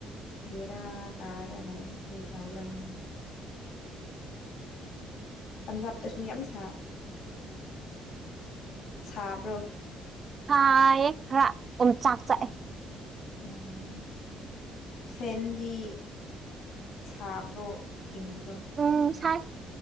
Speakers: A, on the left; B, on the right.
A: ꯕꯦꯔꯥ ꯀꯥꯔꯥ ꯂꯩ ꯀꯔꯤ ꯇꯧꯔꯕꯥ ꯈꯪꯗꯦ ꯄꯟꯖꯥꯕꯇꯥꯁꯨ ꯌꯥꯝ ꯁꯥ ꯁꯥꯕ꯭ꯔꯣ
B: ꯁꯥꯏꯌꯦ ꯈꯔꯥ ꯑꯣꯝ ꯆꯥꯛ ꯆꯥꯛꯑꯦ
A: ꯎꯝ ꯐꯦꯟꯗꯤ ꯁꯥꯕ꯭ꯔꯣ ꯏꯪꯕ꯭ꯔꯣ
B: ꯎꯝ ꯁꯥꯏ